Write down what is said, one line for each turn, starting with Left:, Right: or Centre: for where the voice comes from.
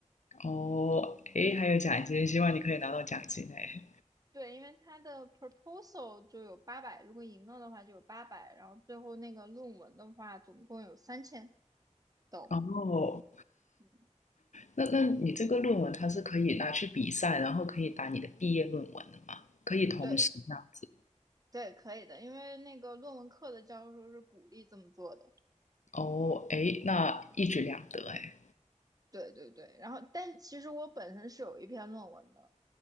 Left: 哦，诶，还有奖金，希望你可以拿到奖金诶。
Right: 对，因为他的 proposal 就有八百，如果赢了的话就有八百，然后最后那个论文的话总共有三千都，
Left: 哦，
Right: 嗯，
Left: 那那你这个论文它是可以拿去比赛，然后可以打你的毕业论文的吗？可以同时这样子。
Right: 对对，可以的，因为那个论文课的教授是鼓励这么做的，
Left: 哦，诶，那一举两得诶。
Right: 对对对，然后但其实我本身是有一篇论文的，